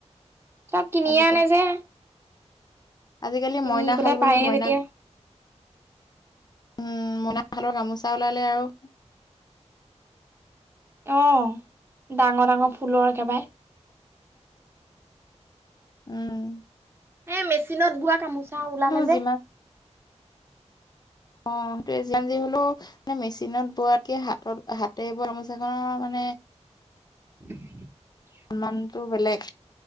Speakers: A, on the right (about 20°); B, on the left (about 35°).
A: চব কিনিয়ে
B: আজিকালি
A: আনে যে।
B: আজিকালি
A: কিনি
B: মইনা
A: পেলাই
B: শাল বুলি
A: পায়ে
B: মইনা
A: যেতিয়া
B: উম, মনা খালৰ গামোচা ওলালে আৰু
A: অহ, ডাঙৰ ডাঙৰ ফুলৰ একেবাৰে।
B: উম।
A: এ মেচিনত বোৱা গামোচা ওলালে
B: কিন্তু
A: যে।
B: যিমান অ', সেইটো যি হ'লেও মেচিনত বোৱাতকে হাতত হাতে বোৱা গামোচাখনৰ মানে <inaudible>
A: <inaudible>
B: সন্মানটো বেলেগ।